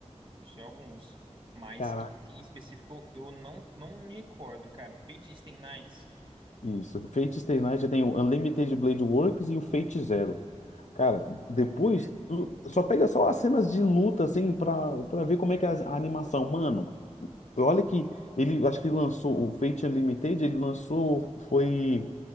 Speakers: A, on the right (about 40°); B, on the left (about 80°).
A: Assisti alguns. Mas
B: Caraca,
A: esse em específico eu não, não me recordo, cara. Fate Stay Nights.
B: isso. Fate Stay Night tem o Unlimited Blade Works e o Fate Zero. Cara, depois,
A: Uhum.
B: tu só pega só as cenas de luta, assim, pra, pra ver como é que é a, a animação. Mano, olha que ele, eu acho que lançou o Fate Unlimited, ele lançou, foi.